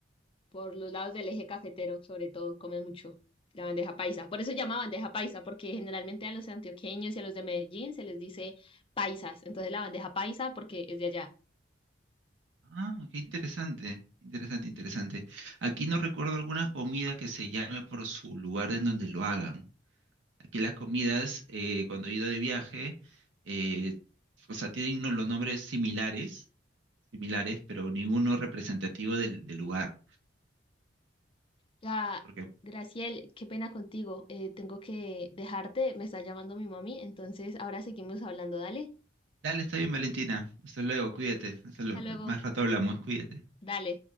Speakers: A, on the left; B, on the right.
A: por los lados del eje cafetero, sobre todo, comen mucho la bandeja paisa. Por eso se llama bandeja paisa, porque generalmente a los antioqueños y a los de Medellín se les dice paisas. Entonces la bandeja paisa porque es de allá.
B: Ah, qué interesante, interesante, interesante. Aquí no recuerdo alguna comida que se llame por su lugar en donde lo hagan. Aquí las comidas, eh, cuando he ido de viaje, eh, o sea, tienen unos- los nombres similares similares, pero ninguno representativo del, del lugar.
A: La
B: Porque,
A: Graciel, qué pena contigo. eh, tengo que dejarte, me está llamando mi mami, entonces ahora seguimos hablando. Dale,
B: dale, está bien, Valentina. Hasta luego, cuídate. Hasta lo-
A: hasta luego.
B: más rato hablamos, cuídate.
A: Dale.